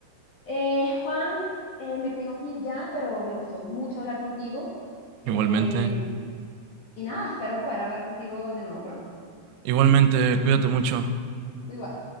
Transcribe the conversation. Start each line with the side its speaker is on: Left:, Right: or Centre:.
Left: Eh, Juan, eh, me tengo que ir ya, pero me gustó mucho hablar contigo eh,
Right: Igualmente,
Left: y nada, espero poder hablar contigo de nuevo pronto.
Right: igualmente, cuídate mucho.
Left: Tú igual.